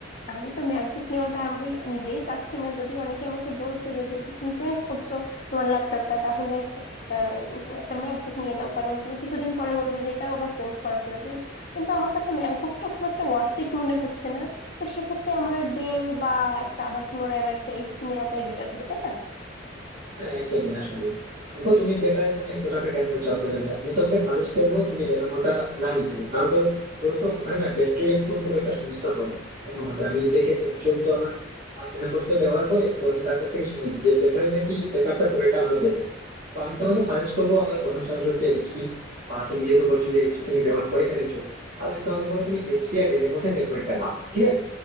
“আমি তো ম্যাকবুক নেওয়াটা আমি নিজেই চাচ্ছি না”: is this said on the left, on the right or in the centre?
Left